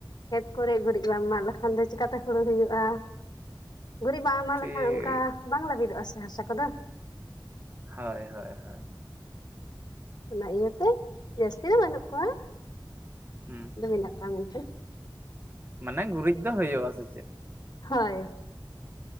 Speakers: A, on the left; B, on the right.
A: ᱠᱷᱮᱛ ᱠᱚᱨᱮ ᱜᱩᱨᱤᱡ ᱵᱟᱢ ᱢᱟᱜ ᱞᱮᱠᱷᱟᱱ ᱫᱚ ᱪᱤᱠᱟᱛᱮ ᱦᱩᱲᱩ ᱦᱩᱭᱩᱜᱼᱟ ᱜᱩᱨᱤᱡ ᱵᱟᱝ ᱮᱢᱟᱜ
B: ᱴᱷᱤᱠ
A: ᱞᱮᱠᱷᱟᱱ ᱚᱱᱠᱟ ᱵᱟᱝ ᱞᱟᱹᱵᱤᱫᱚᱜᱼᱟ ᱥᱮ ᱦᱟᱥᱟ ᱠᱚᱫᱚ
B: ᱦᱳᱭ ᱦᱳᱭ ᱦᱳᱭ
A: ᱚᱱᱟ ᱤᱭᱟᱹᱛᱮ ᱡᱟᱹᱥᱛᱤ ᱫᱚ ᱵᱟᱹᱱᱩᱜ ᱠᱚᱣᱟ
B: ᱦᱩᱸ
A: ᱫᱚ ᱢᱮᱱᱟᱜ ᱠᱚᱣᱟ ᱢᱮᱱᱛᱷᱮᱡ
B: ᱢᱟᱱᱮ ᱜᱩᱨᱤᱡ ᱫᱚ ᱦᱩᱭᱩᱜᱼᱟ ᱥᱮ ᱪᱮᱫ
A: ᱦᱚᱭ